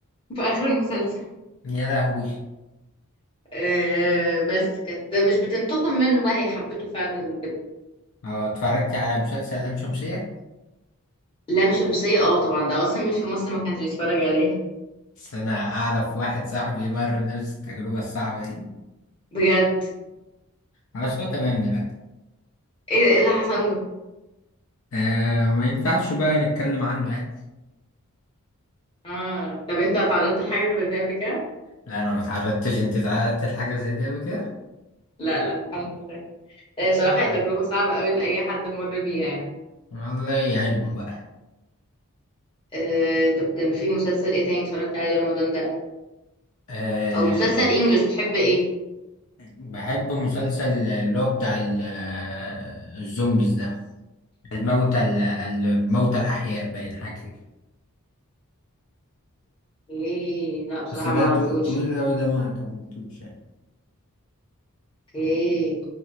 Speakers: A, on the left; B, on the left.
A: في آخر المسلسل
B: يا لهوي
A: آه بس كانت مش بتنتقم منه بقى هي حبته فعلا وكده
B: اه اتفرجت على مسلسل لام شمسية
A: لام شمسية اه طبعا ده أصلا مين في مصر ما كانش بيتفرج عليه
B: بس انا اعرف واحد صاحبي مر بنفس التجربة الصعبة دي
A: بجد
B: خلاص هو تمام دلوقتي
A: ايه ده ايه اللي حصل له
B: آه ما ينفعش بقى نتكلم عنه يعني
A: اه طب انت اتعرضت لحاجة زي دي قبل كده؟
B: لا انا ما اتعرضتش انت اتعرضت لحاجة زي دي قبل كده
A: لا لا الحمد لله آه بصراحة
B: الحمد
A: هي تجربة
B: لله
A: صعبة قوي لأي حد مر بيها يعني
B: الله يعينهم بقى
A: آه طب كان في مسلسل ايه تاني اتفرجت عليه رمضان ده؟
B: أه
A: أو مسلسل انجلش بتحب ايه؟
B: بحب مسلسل اللي هو بتاع ال- آه، الزومبيز ده الموتى ال- الموتى الأحياء باين حاجة كده
A: ايه لا بصراحة
B: بس ده
A: ما اعرفوش
B: تو- طويل قوي ده ما كملتوش يعني
A: اوكي